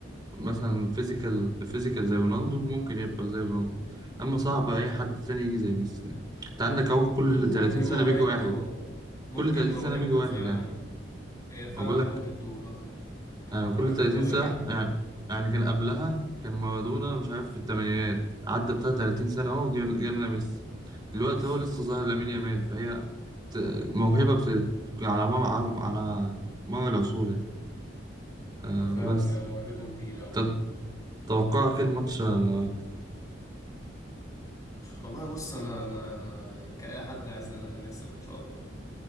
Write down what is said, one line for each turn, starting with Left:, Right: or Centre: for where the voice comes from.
Right: مثلا فيزيكال فيزيكال زي رونالدو ممكن يبقى زي رونالدو أما صعب أي حد تاني يجي زي ميسي يعني. أنت عندك أهو كل
Left: ممكن
Right: 30
Left: ممكن
Right: سنة
Left: موهبته
Right: بيجي واحد
Left: ممكن
Right: كل 30
Left: موهبته
Right: سنة بيجي واحد
Left: فعلا
Right: يعني
Left: هي فعلا
Right: أنا بقول
Left: موهبته
Right: لك
Left: ضاغية يعني
Right: يعني
Left: موهبته
Right: كل 30
Left: طاغية
Right: ساعة
Left: جدا
Right: يعني يعني كان قبلها كان مارادونا مش عارف في الثمانينات عدى بتاع 30 سنة أهو جال- جالنا ميسي دلوقتي
Left: <laughs>
Right: أهو لسه ظاهر لامين يامال فهي بت- موهبة بت... على مر على مر العصور يعني أه
Left: ما فعلا
Right: بس
Left: هي موهبتهم تقيلة أوي
Right: تت- توقعك إيه الماتش النهاردة
Left: والله بص أنا أنا أنا يعني كأي حد عايزنا إن احنا نكسب إن شاء الله